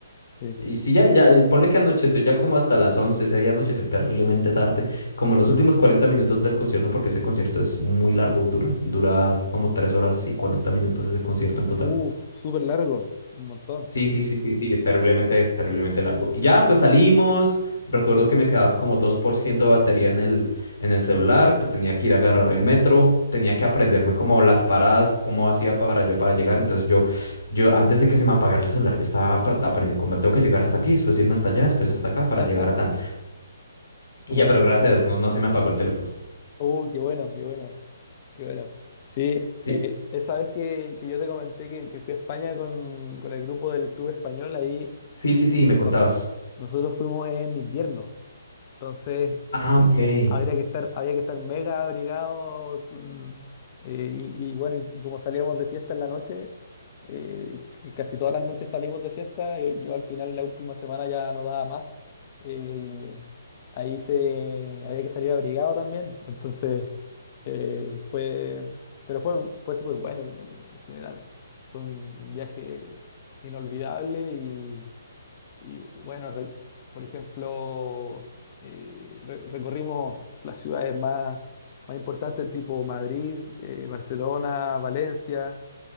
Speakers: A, on the left; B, on the left.
A: sí.
B: Y si ya, ya, eh, ponle que anocheció ya como hasta las 11 ese día anocheció terriblemente tarde, como los últimos 40 minutos del concierto, porque ese concierto es muy largo, dura, dura como 3 horas y 40 minutos ese concierto en total.
A: Uf, súper largo, un montón.
B: Sí, sí, sí, sí, sí, es terriblemente, terriblemente largo. Y ya, pues salimos. Recuerdo que me quedaba como 2% de batería en el, en el celular, pues tenía que ir a agarrar el metro, tenía que aprenderme como las paradas, cómo hacía para yo para llegar. Entonces yo, yo antes de que se me apagara el celular, yo estaba apre- aprendiendo cómo tengo que llegar hasta aquí, después irme hasta allá, después hasta acá
A: <laughs>
B: para llegar a tan.
A: Bu-
B: Y ya, pero gracias a Dios, no, no se me apagó el teléfono.
A: Uh, qué bueno, qué bueno. Qué bueno. Sí,
B: Sí,
A: eh, esa vez que, que yo te comenté que, que fui a España con, con el grupo del Club Español, ahí
B: sí, sí, sí,
A: nos-
B: me
A: nos-
B: contabas.
A: nosotros fuimos en invierno. Entonces,
B: Ah,
A: eh,
B: ok. Sí,
A: habría que estar, había que estar mega abrigado. tun- eh, y, y bueno, y como salíamos de fiesta en la noche, eh, que casi todas las noches salimos de fiesta. Yo, yo al final, la última semana ya no daba más. eh, ahí se, había que salir abrigado también. Entonces, eh, fue, pero fue, fue súper bueno en, en general. Fue un un viaje inolvidable y y bueno, re- por ejemplo, eh, re- recorrimos las ciudades más, más importantes, tipo Madrid, eh, Barcelona, Valencia,